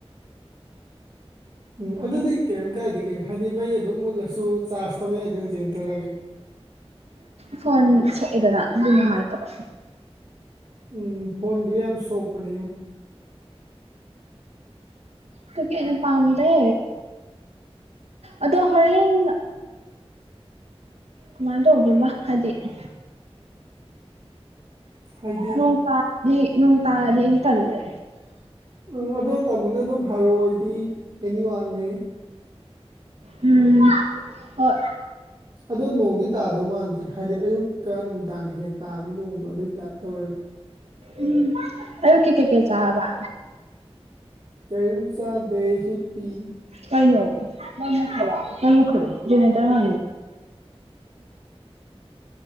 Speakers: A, on the right; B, on the right.
A: ꯎꯝ ꯑꯗꯨꯗꯤ ꯀꯔꯤꯝ ꯀꯥꯏꯗ ꯀꯩꯅꯣ ꯍꯥꯏꯗꯤ ꯃꯩ ꯑꯗꯨꯝ ꯃꯨꯠꯂꯁꯨ ꯆꯥꯔꯖ ꯇꯧ ꯌꯥꯏꯗꯅꯁꯟꯇꯔꯒꯦ
B: ꯐꯣꯟ ꯁꯛꯑꯦꯗꯅ ꯑꯗꯨ ꯅꯨꯡꯉꯥꯏꯇꯕ
A: ꯎꯝ ꯐꯣꯟꯟꯌꯥꯝ ꯁꯣꯛꯄꯅꯤꯨ
B: ꯇꯅ ꯄꯝ ꯗ ꯑꯗ ꯍꯣꯔꯦꯟ ꯀꯃꯥꯟꯅꯗꯣ ꯑꯕꯗꯨꯜꯕꯥ ꯍꯥꯏꯖꯤꯗꯤ
A: ꯍꯥꯏꯗꯤ
B: ꯅꯣꯡ ꯇꯥꯗꯤ ꯅꯣꯡ ꯇꯥꯔꯗꯤ ꯏꯇꯂꯦ
A: ꯎꯝ ꯑꯗ ꯇꯥꯃꯣꯅ ꯑꯗꯨꯝ ꯍꯥꯏꯔꯛꯑꯣ ꯑꯩꯗꯤ ꯑꯦꯅꯤꯋꯥꯛꯅꯦ
B: ꯎꯝ ꯍ
A: ꯑꯗꯣ ꯅꯣꯡꯗꯤ ꯇꯥꯗꯧ ꯃꯥꯟꯗ꯭ꯔꯦ ꯍꯥꯏꯗꯤ ꯑꯌꯨꯛꯀ ꯅꯨꯃꯤꯗꯥꯡꯒ ꯍꯦꯛ ꯇꯥꯕ ꯅꯣꯡꯗꯣ ꯑꯗꯨꯏ ꯇꯥꯏꯞꯇ ꯇꯧꯋꯦ
B: ꯎꯝ ꯑꯌꯨꯛꯀꯤ ꯀꯩ ꯀꯦ ꯆꯥꯕ
A: ꯀꯏꯟꯆꯥꯥ ꯗꯦꯍꯤ ꯄꯤ
B: ꯀꯥꯏꯅꯑꯣ ꯃꯩ ꯃꯨꯈꯔ꯭ꯕ ꯃꯩ ꯃꯨꯠꯈꯔ꯭ꯦ ꯒꯦꯅꯦꯔꯇꯣꯔ